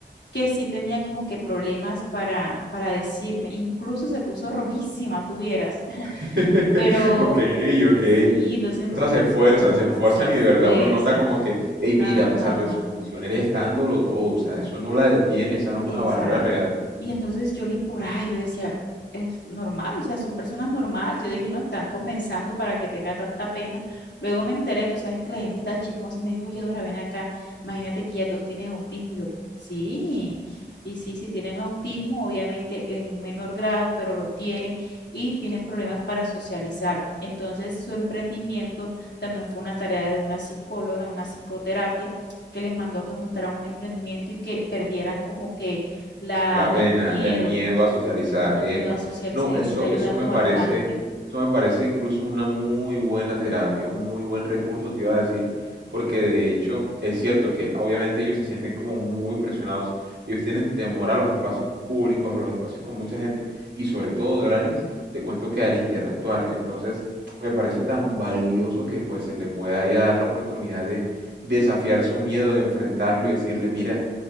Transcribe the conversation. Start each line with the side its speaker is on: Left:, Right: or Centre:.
Left: que sí tenía como que problemas para, para decirme, incluso se puso rojísima, tuvieras, <laughs>
Right: <laughs>
Left: pero
Right: Ok, ok.
Left: sí, entonces me
Right: O sea,
Left: impresionó,
Right: se esfuerzan, se esfuerzan
Left: se
Right: y
Left: fuerza,
Right: de verdad uno nota como que, hey, mira,
Left: ajá.
Right: a pesar de su condición, él está dándolo todo, o sea, eso no la detiene,
Left: Eh,
Right: esa no es
Left: Exacto.
Right: una barrera real.
Left: Y entonces yo ni por ahí, yo decía, es normal, o sea, son personas normales. Yo dije, no, están comenzando para que tenga tanta pena. Luego me enteré, tú sabes que la gente está chismosa y me dijo, oye, Dora, ven acá, imagínate que ellas dos tienen autismo. Yo, sí, y sí, sí tienen autismo, obviamente en menor grado, pero lo tienen y tienen problemas para socializar. Entonces su emprendimiento también fue una tarea de una psicóloga, una psicoterapia que les mandó que montaran un emprendimiento y que perdieran como que la,
Right: La pena,
Left: el miedo,
Right: el miedo a socializar,
Left: el
Right: epa.
Left: miedo a socializar
Right: No,
Left: y
Right: eso,
Left: les está ayudando
Right: eso me parece,
Left: bastante.
Right: eso me parece incluso una muy buena terapia, un muy buen recurso, te iba a decir, porque de hecho es cierto que obviamente ellos se sienten como muy presionados, ellos tienen temor a los espacios públicos, a los espacios con mucha gente, y sobre todo, Doranis, te cuento que al interactuar, entonces me parece tan valioso que pues se le pueda ya dar la oportunidad de desafiar su miedo, de enfrentarlo y decirle, mira,